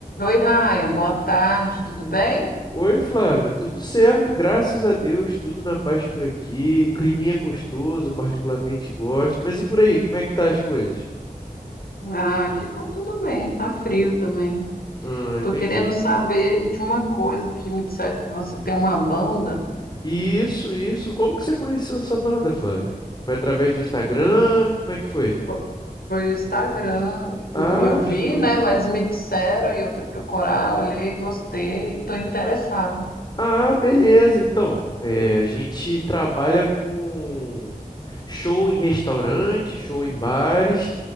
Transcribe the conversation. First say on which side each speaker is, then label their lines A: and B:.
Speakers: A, on the left (about 75°); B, on the left (about 25°).
A: Oi, Ryan, boa tarde, tudo bem?
B: Oi, Flávia, tudo certo, graças a Deus, tudo na paz por aqui. Climinha gostoso, eu particularmente gosto. Mas e por aí, como é que tá as coisas?
A: Ah, aqui tá tudo bem, tá frio também.
B: Ah, entendi.
A: Tô querendo saber de uma coisa que me disseram que você tem uma banda.
B: Isso, isso. Como que você conheceu essa banda, Flávia? Foi através do Instagram? Como é que foi?
A: Fo- Foi, o Instagram,
B: Ah,
A: eu vi,
B: show.
A: né, mas me disseram e eu fui procurar, olhei, gostei, tô interessada.
B: Ah, beleza. Então, é, a gente trabalha com show em restaurante, show em bares,